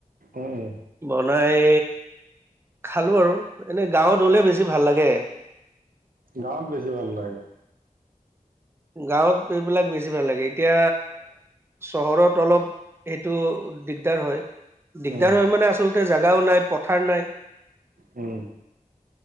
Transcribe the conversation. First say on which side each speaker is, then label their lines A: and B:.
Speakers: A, on the right; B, on the right.
A: উ উ
B: বনাই খালো আৰু এনে গাঁৱত হ'লে বেছি ভাল লাগে
A: গাঁৱত বেছি ভাল লাগে
B: গাঁৱত এইবিলাক বেছি ভাল লাগে এতিয়া চহৰত অলপ সেইটো দিগদাৰ হয় দিগদাৰ
A: উম,
B: হয় মানে আচলতে জোগাও নাই পথাৰ নাই
A: উম